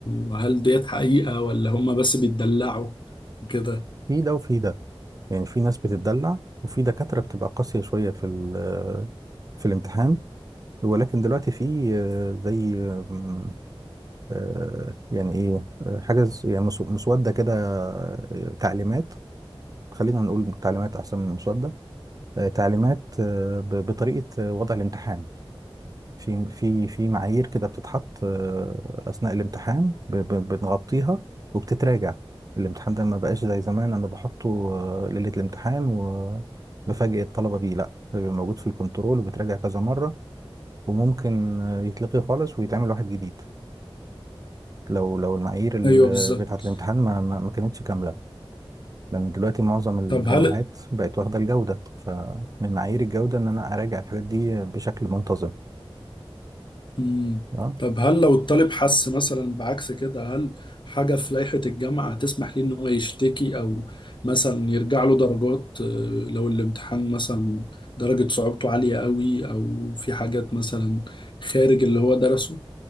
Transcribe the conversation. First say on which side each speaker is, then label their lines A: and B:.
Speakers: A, on the left (about 55°); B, on the right (about 40°).
A: وهل ديت حقيقة ولا هم بس بيتدلعوا وكده
B: في ده وفي ده يعني في ناس بتتدلع وفي دكاترة بتبقى قاسية شوية في ال- في الامتحان ولكن دلوقتي في آه، زي آم، آه، يعني ايه آه، حاجة ز- يعني مسو- مسودة كده آه، تعليمات خلينا نقول تعليمات احسن من مسودة آه، تعليمات آه، ب- بطريقة آه، وضع الامتحان في في في معايير كده بتتحط آه، اثناء الامتحان ب- ب- بنغطيها وبتتراجع الامتحان ده ما بقاش زي زمان انا بحطه آه، ليله الامتحان وبفاجئ الطلبه بيه لا ده بيبقى موجود في الكنترول وبيتراجع كذا مره وممكن آه، يتلغي خالص ويتعمل واحد جديد لو لو المعايير ال-
A: ايوه بالظبط
B: بتاعه الامتحان ما ما ما كانتش كامله لان دلوقتي معظم الجامعات
A: طب هل
B: بقت واخده الجوده فمن معايير الجوده ان انا اراجع الحاجات دي بشكل منتظم
A: مم.
B: آه.
A: طب هل لو الطالب حس مثلا بعكس كده هل حاجة في لائحة الجامعة هتسمح ليه إن هو يشتكي أو مثلا يرجع له درجات آه، لو الامتحان مثلا درجة صعوبته عالية قوي أو في حاجات مثلا خارج اللي هو درسه؟